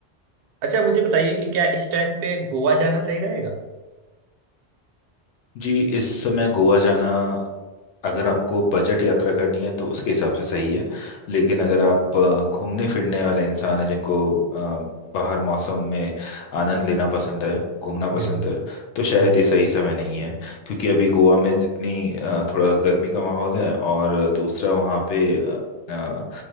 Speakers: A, on the right (about 65°); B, on the left (about 80°).
A: अच्छा मुझे बताइए कि क्या इस टाइम पे गोवा जाना सही रहेगा
B: जी इस समय गोवा जाना अगर आपको बजट यात्रा करनी है तो उसके हिसाब से सही है लेकिन अगर आप अ, घूमने फिरने वाले इंसान हैं जिनको अ, बाहर मौसम में आनंद लेना पसंद है घूमना पसंद
A: बिल्कुल
B: है तो शायद
A: हाँ
B: ये सही समय नहीं है क्योंकि अभी गोवा में जितनी अ, थोड़ा गर्मी का माहौल है और दूसरा वहाँ पे अ,